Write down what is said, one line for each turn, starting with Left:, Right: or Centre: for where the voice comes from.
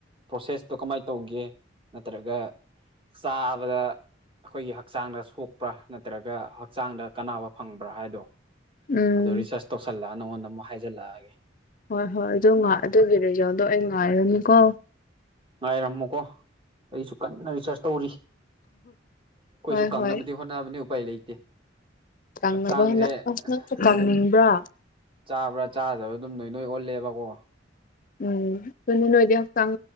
Right: ꯄ꯭ꯔꯣꯁꯦꯁꯇꯣ ꯀꯃꯥꯏꯅ ꯇꯧꯒꯦ ꯅꯠꯇ꯭ꯔꯒ ꯆꯥꯕꯗ ꯑꯩꯈꯣꯏꯒꯤ ꯍꯛꯆꯥꯡꯗ ꯁꯣꯛꯄ꯭ꯔꯥ ꯅꯠꯇ꯭ꯔꯒ ꯍꯛꯆꯥꯡꯗ ꯀꯥꯅꯕ ꯐꯪꯕ꯭ꯔꯥ ꯍꯥꯏꯗꯣ
Left: ꯎꯝ
Right: ꯑꯗꯨ ꯔꯤꯁꯔꯁ ꯇꯧꯁꯜꯂꯛꯑꯒ ꯅꯪꯉꯣꯟꯗ ꯑꯃꯨꯛ ꯍꯥꯏꯖꯜꯂꯛꯑꯒꯦ
Left: ꯍꯣꯏ ꯍꯣꯏ ꯑꯗꯨ ꯑꯗꯨꯒꯤ ꯔꯤꯖꯜꯗꯣ ꯑꯩ ꯉꯥꯏꯔꯅꯤꯀꯣ
Right: ꯉꯥꯏꯔꯝꯃꯨꯀꯣ ꯑꯩꯁꯨ ꯀꯟꯅ ꯔꯤꯁꯥꯔꯁ ꯇꯧꯔꯤ ꯀꯈꯣꯏꯁꯨ
Left: ꯍꯣꯏ
Right: ꯀꯪꯅꯕꯗꯤ
Left: ꯍꯣꯏ
Right: ꯍꯣꯠꯅꯕꯅꯤ ꯎꯄꯥꯏ ꯂꯩꯇꯦ
Left: ꯀꯪꯅꯕ
Right: ꯍꯛꯆꯥꯡꯁꯦ
Left: ꯍꯣꯠꯅ ꯑꯁ ꯅꯪꯁꯨ ꯀꯪꯅꯤꯡꯕ꯭ꯔꯥ
Right: ꯑꯗꯨꯝ ꯆꯥꯕ꯭ꯔꯥ ꯆꯥꯗꯕ꯭ꯔ ꯑꯗꯨꯝ ꯅꯣꯏ ꯅꯣꯏ ꯑꯣꯜꯂꯦꯕꯀꯣ
Left: ꯎꯝ ꯑꯗꯨꯅ ꯅꯣꯏꯗꯤ ꯍꯛꯆꯥꯡ